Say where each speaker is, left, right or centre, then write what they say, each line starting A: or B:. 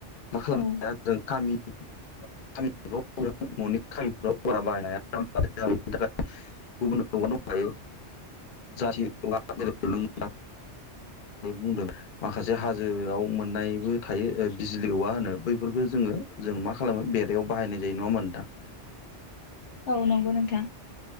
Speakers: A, on the left (about 50°); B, on the left (about 75°).
A: <unintelligible>
B: औ
A: <unintelligible> <unintelligible> <unintelligible> <unintelligible> बुंदों माखासे हाजोआव मोननायबो थायो बिजलिऔवा होनो बैफोरखो जोङो जों मा खालामो बेरायाव बाहायनाय जायो नङा होमबाथ नोंथां।
B: औ नंगौ नोंथां।